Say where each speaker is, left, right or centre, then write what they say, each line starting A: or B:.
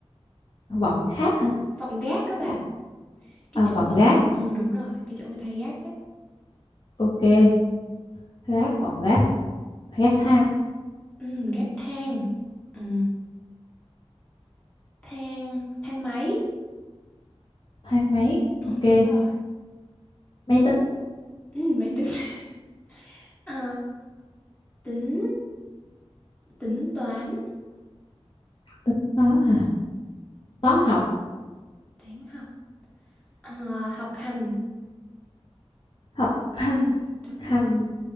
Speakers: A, on the left; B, on the left.
A: Vọng khác hả?
B: <laughs> vọng gác các bà
A: Vọng,
B: cái
A: à,
B: chỗ
A: vọng
B: mà
A: gác,
B: ừ đúng rồi cái chỗ người ta hay gác á
A: ok. Gác, vọng gác, gác thang,
B: ừ, gác thang ừ, thang thang máy
A: thang máy,
B: ừ,
A: ok.
B: đúng rồi
A: Máy tính,
B: ừ, máy tính <laughs> Ờ, tính tính toán
A: tính toán hả? Toán học,
B: toán học Ờ, học hành
A: học hành,
B: đúng
A: hành,
B: rồi